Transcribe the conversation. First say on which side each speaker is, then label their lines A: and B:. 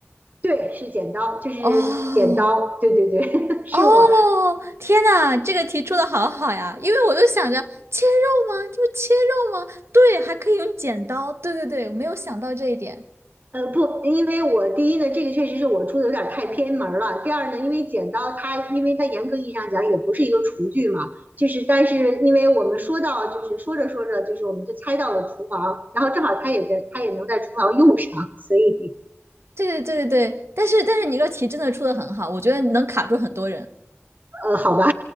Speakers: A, on the right; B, on the right.
A: 对，是剪刀，就是剪刀，
B: 哦，
A: 对对对，<laughs> 是我
B: 哦，天呐，这个题出的好好呀！因为我就想着切肉吗？就是切肉吗？对，还可以用剪刀。对对对，我没有想到这一点。
A: 呃，不，因为我第一呢，这个确实是我出的有点太偏门了。第二呢，因为剪刀它，因为它严格意义上讲也不是一个厨具嘛，就是但是因为我们说到，就是说着说着，就是我们就猜到了厨房，然后正好它也在，它也能在厨房用上，所以
B: 对对对对对，但是但是你这个题真的出的很好，我觉得能卡住很多人。
A: 呃，好吧，